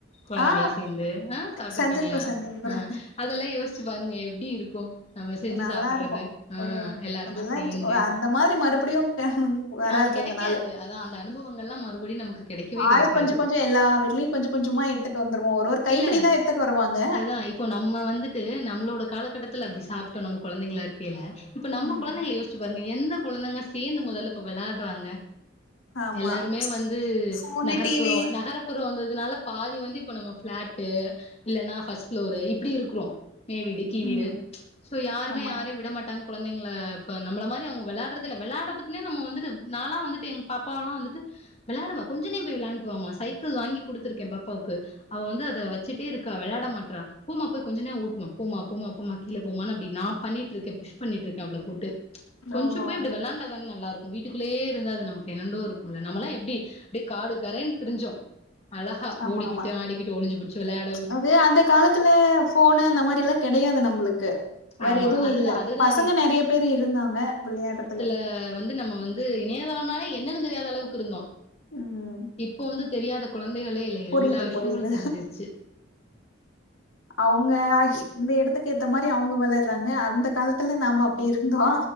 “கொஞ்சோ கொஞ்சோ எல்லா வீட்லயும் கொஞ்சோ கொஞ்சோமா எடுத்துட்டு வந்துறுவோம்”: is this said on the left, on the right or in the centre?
Left